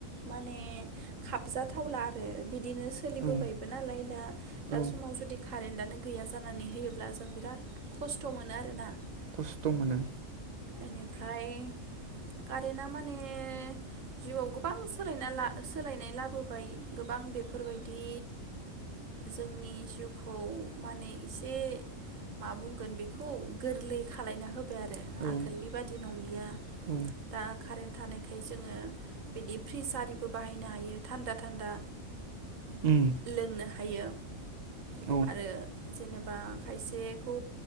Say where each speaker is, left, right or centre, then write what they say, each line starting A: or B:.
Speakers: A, on the right (about 70°); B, on the right (about 55°).
A: माने खाबजाथावला आरो बिदिनो सोलिबोबायबो
B: औ
A: नालाय दा दा
B: औ
A: समाव जुदि कारेन्तदानो गैया जानानै होयोब्ला जों बिराद खस्थ' मोनो आरोना
B: खस्थ' मोनो।
A: बेनिफ्राय कारेन्टआ माने जिउआव गोबां सोलायना ला सोलायनाय लाबोबाय गोबां बेफोरबायदि जोंनि जिउखौ माने एसे मा बुंगोन बेखौ गोरलै खालायना होबाय आरो गोलनि
B: औ
A: बादि नंलिया
B: औ
A: दा कारेन्ट थानाय ओंखाय जोङो बिदि फ्रिज आरिबो बाहायनो हायो थान्दा थान्दा।
B: उम
A: लोंनो हायो।
B: औ
A: आरो जेनेबा खायसेखौ